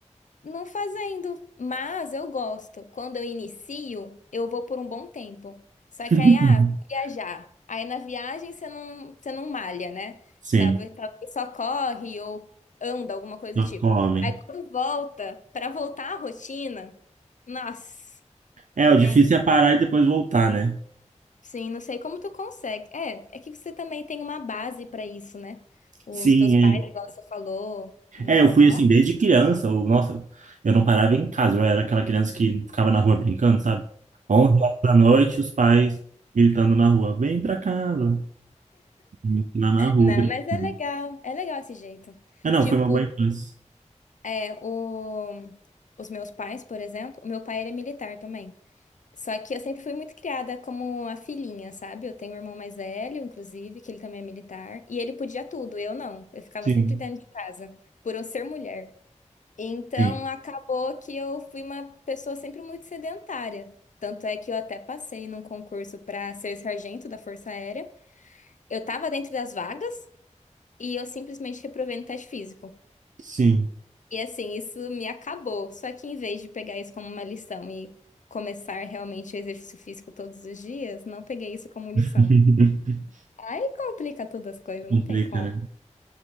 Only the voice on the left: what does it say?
Não fazendo, mas eu gosto. Quando eu inicio, eu vou por um bom tempo. Só
que aí, ah, vou viajar. Aí na viagem você não, você não malha, né?
Talvez, talvez só corre ou anda, alguma coisa
do tipo.
Aí quando volta, pra voltar à rotina, nossa,
gente,
sim, não sei como tu consegue. É, é que você também tem uma base pra isso, né? Os
teus
pais, igual você falou, mas
não.
Não,
mas é legal, é legal esse jeito.
Tipo,
é, o, os meus pais, por exemplo, o meu pai ele é militar também. Só que eu sempre fui muito criada como a filhinha, sabe? Eu tenho um irmão mais velho, inclusive, que ele também é militar, e ele podia tudo, eu não. Eu ficava
sempre dentro de casa, por eu ser mulher. Então,
acabou que eu fui uma pessoa sempre muito sedentária. Tanto é que eu até passei num concurso para ser sargento da Força Aérea. Eu tava dentro das vagas, e eu simplesmente reprovei no teste físico.
E assim, isso me acabou. Só que em vez de pegar isso como uma lição e começar realmente o exercício físico todos os dias, não peguei isso como lição.
Aí complica todas as coisas,
não tem como.